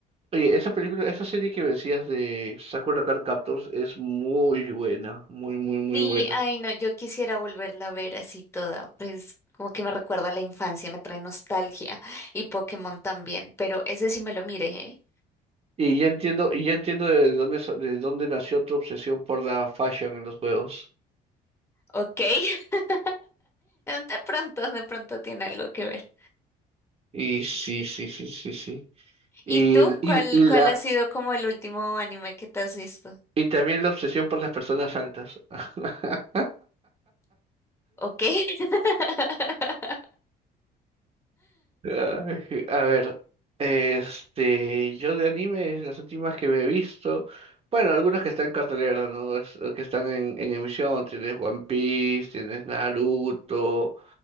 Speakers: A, on the right (about 35°); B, on the left (about 15°).
A: Oye, esa película, esa serie que me decías de Sakura no Card Captors es muy buena, muy, muy, muy
B: Sí,
A: buena.
B: ay no, yo quisiera volverla a ver así toda, pues como que me recuerda a la infancia, me trae nostalgia y Pokémon también, pero ese sí me lo miré, ¿eh?
A: Y ya entiendo, y ya entiendo de dónde, sa- de dónde nació tu obsesión por la fashion en los juegos.
B: Ok, <laughs> de pronto, de pronto tiene algo que ver.
A: Y sí, sí, sí, sí, sí. Y,
B: ¿Y tú
A: el- y,
B: cuál,
A: y la,
B: cuál ha sido como el último anime que te has visto?
A: y también la obsesión por las personas altas. <laughs>
B: Ok. <laughs>
A: Ay, A ver, este, yo de animes, las últimas que me he visto, bueno, algunas que están en cartelera, ¿no? Es- que están en, en emisión, tienes One Piece, tienes Naruto,